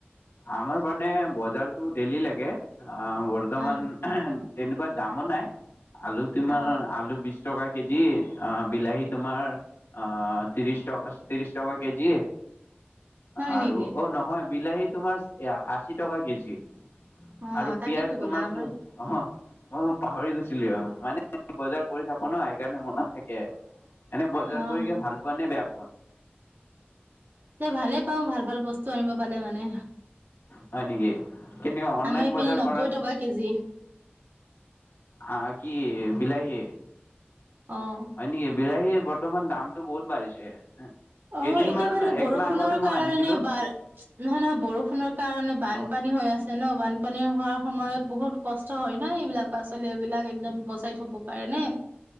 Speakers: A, on the left; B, on the right.
A: আমাৰ মানে বজাৰতো ডেলি লাগে। গে বৰ্তমান
B: আহ,
A: তেনেকুৱা দামো নাই। আলু তোমাৰ
B: আহ
A: আলু বিছ টকা কেজি, বিলাহী তোমাৰ ত্ৰিছ টকা ত্ৰিছ টকা কেজি।
B: হয়
A: আৰু
B: নেকি?
A: অ' নহয়। বিলাহী তোমাৰ আশী টকা কেজি।
B: অ',
A: আৰু
B: তাকেতো
A: পিয়াজ
B: ক'লা
A: তোমাৰ
B: আমাৰ
A: চ অ মই পাহৰি গৈছিলি অ' মানে বজাৰ কৰি থাকো ন সেইকাৰণ মনত থাকে এনে বজাৰ
B: অ',
A: কৰিকে ভাল পোৱা নে বেয়া পোৱা?
B: এ ভালে পাওঁ ভাল ভাল বস্তু আনিব পালে মানে।
A: হয় নেকি? কেনেকুৱা অনলাইন
B: আমাৰ ইপিনে
A: বজাৰ
B: নব্বৈ
A: কৰা
B: টকা কেজি।
A: আ কি বিলাহী
B: অ',
A: হয় নকি বিলাহীৰ বৰ্তমান দামটো বহুত বাঢ়িছে।
B: অ',
A: কেইদিনমান
B: এতিয়া বাদে বৰষুণৰ
A: একমাহ আগতে মই
B: কাৰণে
A: আনিছিলো
B: বা নহয় নহয় বৰষুণৰ কাৰণে বানপানী
A: অ
B: হৈ আছে ন বানপানী হোৱাৰ সময়ত বহুত কষ্ট হয় ন এইবিলাক পাচলি এইবিলাক একদম বচাই থব পাৰে নে।